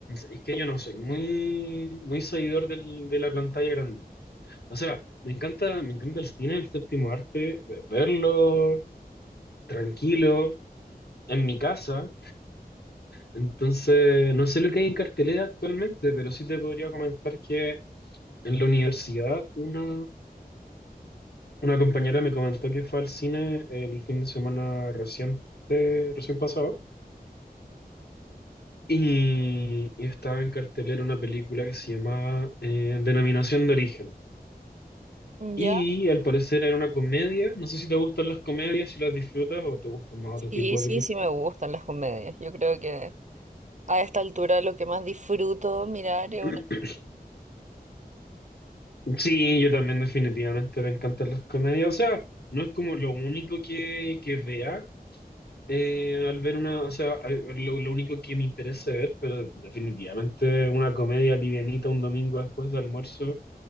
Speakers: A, on the left; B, on the right.
A: es que yo no soy muy, muy seguidor del- de la pantalla grande. O sea, me encanta, me encanta el cine, el séptimo arte, ve- verlo tranquilo, en mi casa. Entonces, no sé lo que hay en cartelera actualmente, pero sí te podría comentar que en la universidad una, una compañera me comentó que fue al cine el fin de semana reciente, recién pasado. Y, y estaba en cartelera una película que se llamaba eh, Denominación de Origen.
B: Ujú.
A: Y
B: ¿Ya?
A: al parecer era una comedia. No sé si te gustan las comedias, si las disfrutas o te gustan más otro
B: Sí,
A: tipo
B: sí,
A: de películas.
B: sí me gustan las comedias. Yo creo que a esta altura lo que más disfruto mirar
A: <clears throat>
B: es una...
A: Sí, yo también definitivamente me encantan las comedias. O sea, no es como lo único que, que vea eh, al ver una, o sea, a- lo, lo único que me interesa ver, pero definitivamente una comedia livianita un domingo después de almuerzo